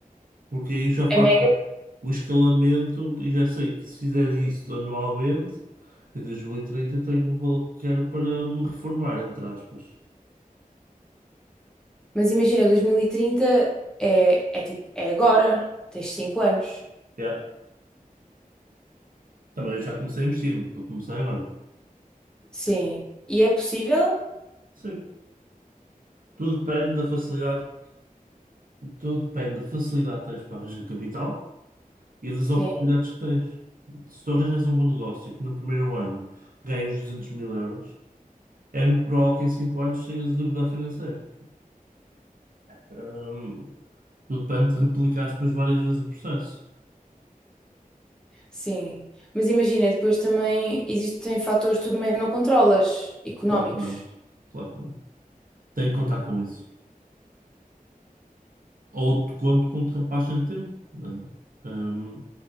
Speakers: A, on the right (about 70°); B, in the centre.
A: porque aí já faço
B: É mega.
A: o escalamento e já sei que se fizer isso anualmente, em 2030 eu tenho o valor que quero para me reformar, entre aspas.
B: Mas imagina, 2030 é, é tipo, é agora. Tens cinco anos.
A: Yeah. Também já comecei investindo, que eu comecei agora.
B: Sim. E é possível?
A: Sim. Tudo depende da facilidade, tudo depende da facilidade que tens para arranjar capital. e das
B: Sim,
A: oportunidades que tens. Se tu arranjas um bom negócio e que no primeiro ano ganhas 200 mil euros, é muito provável que em 5 anos tenhas liberdade financeira. Hum, tudo depende de replicar depois várias vezes o processo.
B: sim. Mas imagina, depois também existem fatores que tu também não controlas, económicos.
A: Claro que não. Claro que não. Tem que contar com isso. Ou te conto com ultrapassagem teu, né? Hum,